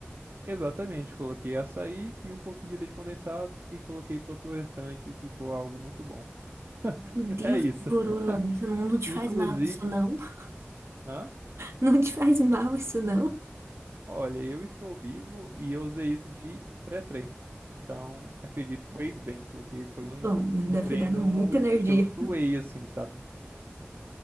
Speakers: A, on the right; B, on the right.
A: Exatamente, coloquei açaí e um pouquinho de leite condensado e coloquei todo o restante e ficou algo muito bom. <laughs>
B: Meu Deus,
A: É isso.
B: que gororoba, isso
A: <laughs>
B: não, não te
A: Inclusive,
B: faz mal isso não? <laughs>
A: hã?
B: Não te faz mal isso não?
A: Olha, eu estou vivo e eu usei isso de pré-treino. Então, acredito que fez bem, porque foi um,
B: Bom, né,
A: um
B: deve
A: treino
B: ter dado muita energia.
A: que eu suei, assim, sabe?